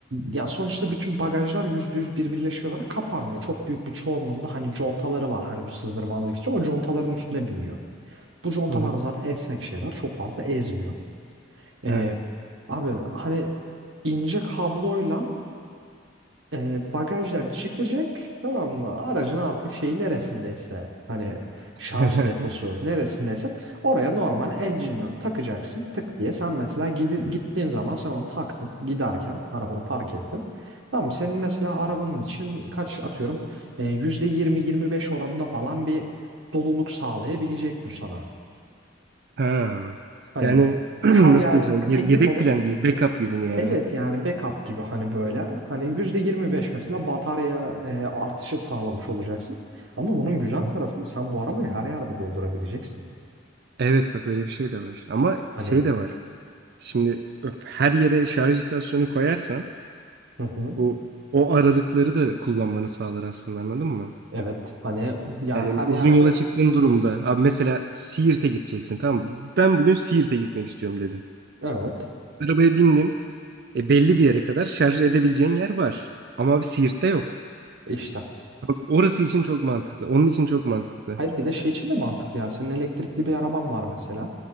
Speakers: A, on the right; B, on the right.
A: ya sonuçta bütün bagajlar yüzde yüz birbirleşiyor olarak kapanmıyor. Çok büyük bir çoğunluğunda hani contaları var hani bu sızdırmazlık için. O contaların üstüne biniyor. Bu contalar
B: Hı hı.
A: zaten esnek şeyler. Çok fazla ezmiyor. E,
B: Evet.
A: abi hani ince kabloyla e, bagajdan çıkacak tamam mı? Aracın artık şeyi neresindeyse hani şarj
B: <laughs>
A: deposu neresindeyse oraya normal el cihinden takacaksın tık diye. Sen mesela gidi- gittiğin zaman sen onu taktın giderken arabanı park ettin. Tamam mı? Senin mesela arabanın için kaç atıyorum e, yüzde yirmi yirmi beş oranında falan bir doluluk sağlayabilecek bu sana.
B: Ha.
A: Hani
B: Yani <clears throat> nasıl
A: her yer
B: diyeyim sana? Ye-
A: teknik
B: Yedek
A: olarak
B: plan gibi, backup gibi mi yani?
A: Evet yani backup gibi hani böyle. Hani %25 mesela batarya e, artışı sağlamış olacaksın. Ama bunun güzel tarafı
B: Hı.
A: sen bu arabayı her yerde doldurabileceksin.
B: Evet bak öyle bir şey de var. Ama
A: Hani
B: şey de var. Şimdi bak, her yere şarj istasyonu koyarsan
A: hı hı,
B: o o aralıkları da kullanmanı sağlar aslında anladın mı?
A: evet hani ya
B: Yani
A: her
B: uzun
A: yerde
B: yola çıktığın durumda abi mesela Siirt'e gideceksin tamam mı? Ben bugün Siirt'e gitmek istiyorum dedim.
A: evet
B: Arabaya bindin. E, belli bir yere kadar şarj edebileceğin yer var. Ama abi Siirt'te yok.
A: işte.
B: Bak, Orası için çok mantıklı. Onun için çok mantıklı.
A: Hayır bir de şey için de mantıklı yani senin elektrikli bir araban var mesela.